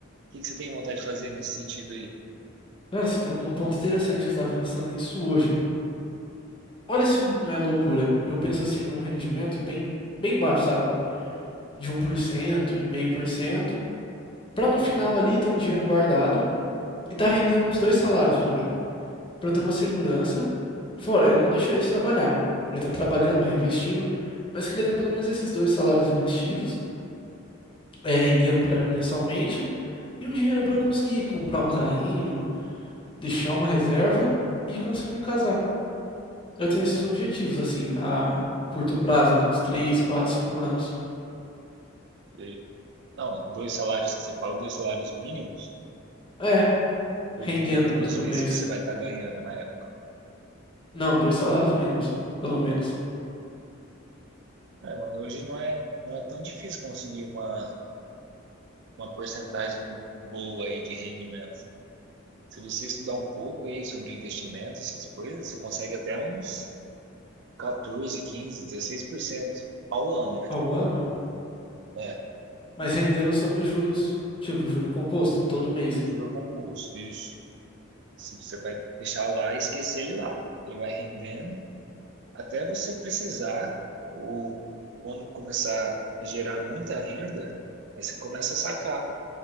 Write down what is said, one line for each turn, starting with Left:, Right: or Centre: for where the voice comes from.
Right: O que que você tem vontade de fazer nesse sentido
Left: Cara, você tocou num ponto interessante que eu tava pensando nisso hoje. Olha se não é loucura. Eu penso assim num rendimento bem, bem baixo, sabe? De um por cento meio por cento, pra no final ali ter um dinheiro guardado e tá rendendo uns dois salários pra mim, Pra eu ter uma segurança. Fora, eu não deixaria de trabalhar. Eu tá trabalhando, reinvestindo, mas queria ter pelo menos esses dois salários investidos, é rendendo pra mim mensalmente e um dinheiro pra eu conseguir comprar um carrinho, deixar uma reserva e conseguir me casar. Eu tenho esses objetivos, assim, a curto prazo, ali, uns 3, 4, 5 anos.
Right: aí? Não, dois salários que você fala, dois salários mínimos,
Left: É,
Right: ou
Left: rendendo
Right: du- duas
Left: todo
Right: vezes
Left: mês.
Right: o que você vai estar ganhando na época.
Left: Não, dois salários mínimos, pelo menos,
Right: É, mano, hoje não é, não é tão difícil conseguir uma, uma porcentagem boa aí de rendimento. Se você estudar um pouco aí sobre investimentos, essas coisas, você consegue até uns quatorze, quinze, dezesseis por cento ao ano, né?
Left: ao ano,
Right: É,
Left: mas rendendo sobre juros, tipo, juro composto, todo mês.
Right: juro composto, isso. Se você vai deixar lá e esquecer ele lá. Ele vai rendendo Até você precisar, ou quando começar a gerar muita renda, aí você começa a sacar.